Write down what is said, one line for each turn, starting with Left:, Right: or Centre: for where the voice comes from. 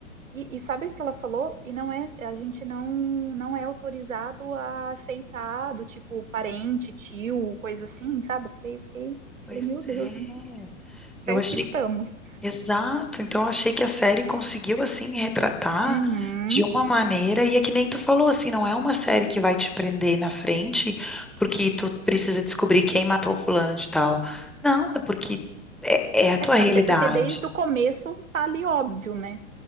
Right: E, e sabe o que ela falou? E não é, a gente não não é autorizado a aceitar do tipo parente, tio, coisa assim, sabe? Eu falei, eu fiquei,
Centre: pois
Right: falei, meu Deus,
Centre: é.
Right: em que
Centre: Eu
Right: pé
Centre: achei
Right: que estamos?
Centre: Exato, então achei que a série conseguiu assim retratar
Right: Uhum.
Centre: de uma maneira, e é que nem tu falou assim, não é uma série que vai te prender na frente porque tu precisa descobrir quem matou fulano de tal. Não, é porque é, é a tua
Right: É,
Centre: realidade.
Right: até porque desde o começo tá ali óbvio, né?